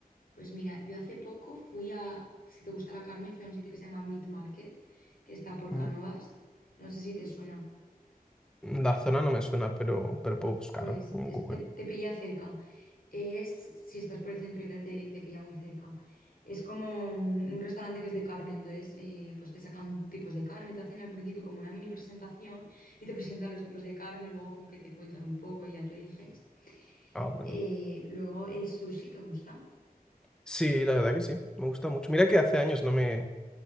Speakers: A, on the left; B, in the centre.
A: pues mira, yo hace poco fui a, si te gusta la carne, fui a un sitio que se llama Meat Market, que está por
B: Mm.
A: Cánovas. No sé si te suena.
B: La zona no me suena, pero, pero puedo buscar
A: Pues
B: en
A: es-
B: Google.
A: te, te pilla cerca. Es, si estás por el centro y tal, te, te pilla muy cerca. Es como un, un restaurante que es de carne, entonces eh, pues te sacan tipos de carne, te hacen al principio como una mini presentación y te presentan los tipos de carne, luego como que te cuentan un poco y ya tú eliges.
B: Ah, bueno.
A: Eh, luego el sushi, ¿te gusta?
B: Sí, la verdad que sí, me gusta mucho. Mira que hace años no me,